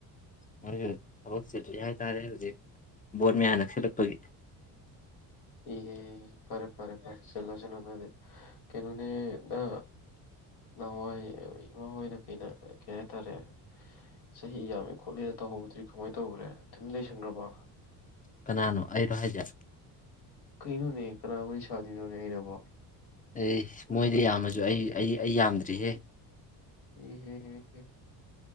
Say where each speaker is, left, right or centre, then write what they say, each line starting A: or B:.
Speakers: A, on the left; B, on the left.
A: ꯃꯣꯏꯁꯨ ꯊꯕꯛ ꯆꯤꯜꯂꯤ ꯍꯥꯏꯇꯥꯔꯦ ꯍꯧꯖꯤꯛ ꯕꯣꯔꯠ ꯃꯌꯥ ꯅꯛꯁꯤꯜꯂꯛꯄꯒꯤ
B: ꯑꯦ ꯐꯔꯦ ꯐꯔꯦ ꯐꯔꯦ ꯆꯂꯣ ꯆꯅꯣꯦ ꯀꯩꯅꯣꯅꯦ ꯅꯥ ꯅꯥꯍꯑꯋꯥꯏ ꯏꯃꯥ ꯍꯣꯏꯅ ꯀꯩꯅ ꯀꯩ ꯍꯥꯏꯇꯥꯔꯦ ꯆꯍꯤ ꯌꯥꯝꯃꯦ ꯈꯣꯠꯂꯦꯅ ꯇꯧꯍꯧꯕꯗ꯭ꯔꯤ ꯀꯃꯥꯏꯅ ꯇꯧꯈ꯭ꯔꯦ ꯇꯨꯃꯤꯟꯅ ꯂꯩꯁꯟꯈ꯭ꯔꯕ
A: ꯀꯅꯥꯅꯣ ꯑꯩꯔꯣ ꯍꯥꯏꯖꯦ
B: ꯀꯩꯅꯣꯅꯦ ꯀꯅꯥ ꯋꯥꯔꯤ ꯁꯥꯗꯤꯅꯣꯅꯦ ꯑꯩꯅꯕ
A: ꯑꯩ ꯃꯣꯏꯗꯤ ꯌꯥꯝꯃꯁꯨ ꯑꯩ ꯑꯩ ꯑꯩ ꯌꯥꯝꯗ꯭ꯔꯤꯍꯦ
B: <unintelligible>